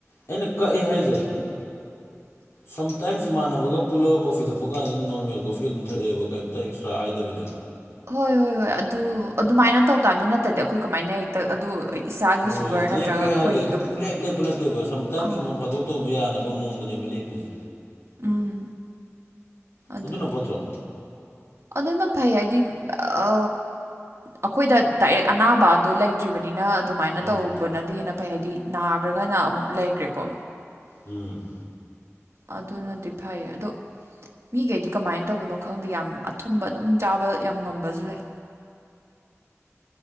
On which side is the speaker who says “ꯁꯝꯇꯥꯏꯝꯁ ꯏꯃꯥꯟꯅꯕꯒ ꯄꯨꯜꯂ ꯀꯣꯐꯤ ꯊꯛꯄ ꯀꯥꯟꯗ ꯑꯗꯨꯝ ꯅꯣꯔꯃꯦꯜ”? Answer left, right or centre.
Left